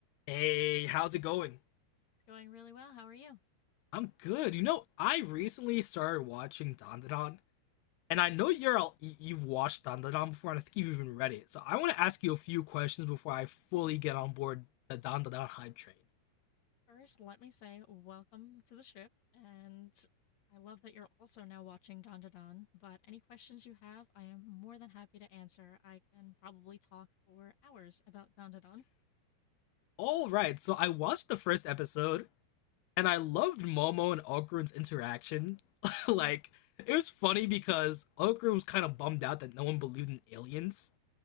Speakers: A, on the left; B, on the left.
A: Hey, how's it going?
B: It's going really well. How are you?
A: I'm good. You know, I recently started watching Dandadan, and I know you're all, y- you've watched Dandadan before, and I think you've even read it. So I want to ask you a few questions before I fully get on board the Dandadan hype train.
B: First, let me say welcome to the ship. And I love that you're also now watching Don to Don. But any questions you have, I am more than happy to answer. I can probably talk for hours about Don to Don.
A: All right, so I watched the first episode, and I loved Momo and Okrun's interaction. <laughs> like,
B: Mhm.
A: it was funny because Okrun was kind of bummed out that no one believed in aliens